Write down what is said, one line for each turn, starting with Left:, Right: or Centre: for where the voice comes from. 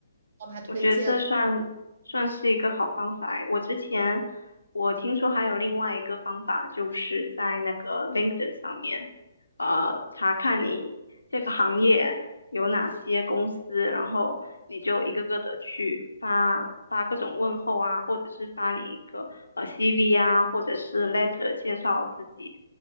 Right: 帮他推荐。
Left: 我觉得这算算是一个好方法诶。我之前我听说还有另外一个方法，就是在那个 LinkedIn 上面，呃，查看你这个行业有哪些公司，然后你就一个个的去发发各种问候啊，或者是发你一个呃 CV 啊，或者是 letter 介绍自己，